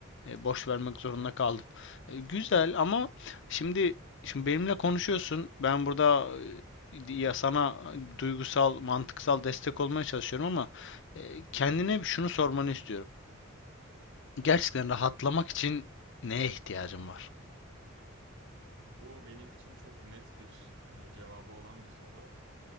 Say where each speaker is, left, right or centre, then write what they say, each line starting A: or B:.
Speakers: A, on the left; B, on the right.
A: e, boş vermek zorunda kaldım. E, güzel ama şimdi şimdi benimle konuşuyorsun. Ben burada e, ya sana duygusal, mantıksal destek olmaya çalışıyorum ama e, kendine şunu sormanı istiyorum. Gerçekten rahatlamak için neye ihtiyacın var?
B: Bu benim için çok net bir e, cevabı olan bir soru.